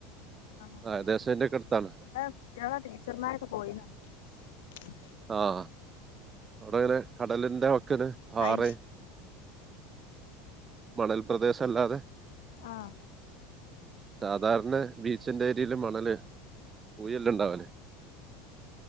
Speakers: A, on the left; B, on the right.
A: ആ വടെ
B: ഏകദേശം എന്റെയൊക്കെ അടുത്താണ്
A: കുട്ട്യാള ടീച്ചർമാരൊക്കെ പോയിണ് <unintelligible>
B: ആഹ് അവിടെ ഇങ്ങനെ കടലിന്റെ ക്ക് ന് പാറ
A: അയി
B: മണൽ പ്രദേശല്ലാതെ
A: ആഹ്
B: സാധാരണ ബീച്ചിന്റെ ഏരിയില് മണല് ഊയെല്ണ്ടാവലേ